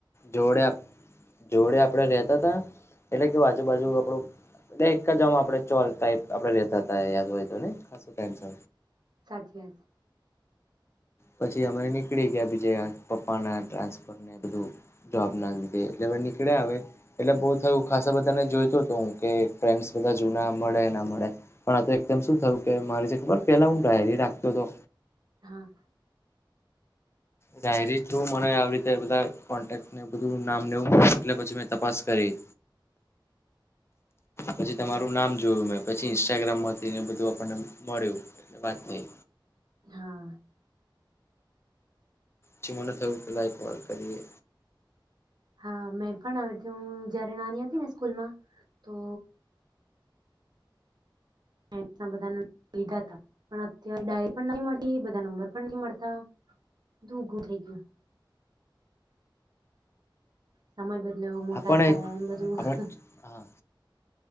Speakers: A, on the left; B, on the right.
A: જોડે જોડે આપણેે રેતા તા એટલે કે આજુબાજુ આપણું ભાઈ એકજ વારમાં ચોલ ટાઇપ આપડે રેતા તા યાદ હોય તો.
B: સાચે.
A: પછી અમારે નીકળી ગયા બીજે પપ્પાના ટ્રાન્સફરને બધું જોબ ના લીધે એટલે હવે નીકળ્યા આવે એટલે બહુ થયું ખાસા બધાને જોઈતો હતો હું કે ફ્રેન્ડસ બધા જૂના મળે ના મળે પણ આ તો એકદમ શું થયું કે મારે જે ખબર પેલા હું ડાયરી રાખતો તો.
B: હા
A: ડાયરી થ્રુ મને આવી રીતે બધા કોન્ટેકને બધું નામ લેવું એટલે પછી મે તપાસ કરી. પછી તમારું નામ જોયું મે પછી ઇન્સ્ટાગ્રામ માંથીને બધું આપણને મળ્યું એટલે વાત થઈ.
B: હા
A: જો મને થયું પેલા એક વાર કરીએ.
B: હા મેં પણ આવ બધું હતી હું જયારે નાની હતી ને સ્કૂલમાં તો એટલા બધાના લીધા તા. પણ અત્યારે ડાયરી પણ મળતી બધા નંબર પણ નથી મળતા બધું ઉઘું થઈ ગયું. સમય બધ તલે મોટા
A: હા પણ
B: થયા એમ બધું.
A: આપણે હા